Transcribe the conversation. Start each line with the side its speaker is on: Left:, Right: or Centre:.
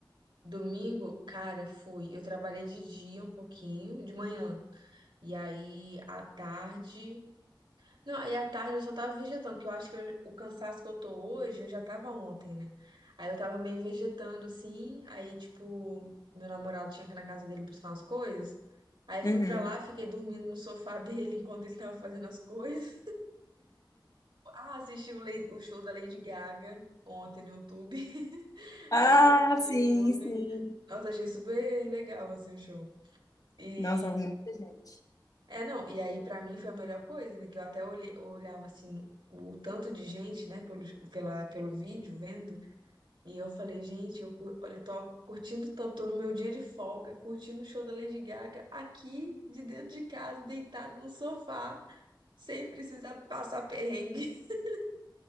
Right: Domingo, cara, fui. Eu trabalhei de dia um pouquinho, de manhã. E aí, à tarde. Não, aí à tarde eu só tava vegetando, que eu acho que eu- o cansaço que eu tô hoje, eu já tava ontem, né? Aí eu tava meio vegetando, assim, aí, tipo, meu namorado tinha que ir na casa dele buscar umas coisas. Aí
Left: Uhum.
Right: fui pra lá, fiquei dormindo no sofá <laughs> dele enquanto ele tava fazendo as coisas. Ah, assisti o, Lady- o show da Lady Gaga ontem no YouTube. <laughs>
Left: Ah,
Right: Assisti pelo
Left: sim,
Right: YouTube.
Left: sim.
Right: Nossa, achei super legal, assim, o show. E
Left: Nossa, muita gente.
Right: É, não, e aí pra mim foi a melhor coisa, né? Que eu até olhe- eu olhava assim o tanto de gente, né, pelo, pela, pelo vídeo vendo, e eu falei, gente, eu, cu- olha, eu tô curtindo tanto, tô no meu dia de folga, curtindo o show da Lady Gaga aqui de dentro de casa, deitado no sofá, sem precisar passar perrengue. <laughs>